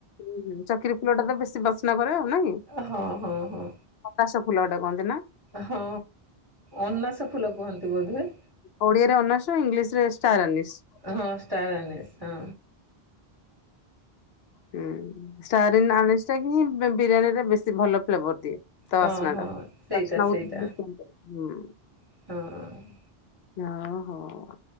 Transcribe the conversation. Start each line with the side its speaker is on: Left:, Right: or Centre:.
Left: ହୁଁଁ, ଚକ୍ରୀ ଫୁଲଟା ତ ବେଶୀ ବାସ୍ନା ଭରେ ଆଉ, ନାହିଁ?
Right: ହଁ, ହଁ, ହଁ।
Left: ଅନାସ ଫୁଲ ଏଟା କହନ୍ତି ନା?
Right: ହଁ, ଅନାସ ଫୁଲ କୁହନ୍ତି ବୋଧେ?
Left: ଓଡ଼ିଆରେ ଅନାଶ ଇଂଲିଶ୍ ରେ, ଷ୍ଟାର୍ ଆନିଶ୍।
Right: ହଁ, ଷ୍ଟାର ଆନିଶ୍ ହଁ।
Left: ହୁଁ, ଷ୍ଟାର୍ ଇନ୍ ଅନ୍ ଇଷ୍ଟା ହିଁ, ବି-ବିରିୟାନୀରେ ବେଶୀ ଭଲ ଫ୍ଲେଭର୍ ଦିଏ। ତା
Right: ହଁ
Left: ବାସ୍ନାଟା!
Right: ହଁ ସେଇଟା
Left: ବାସନା୍
Right: ସେଇଟା
Left: ବହୁତ <unintelligible> ହୁଁ।
Right: ହଁ।
Left: ହଁ, ହଉ।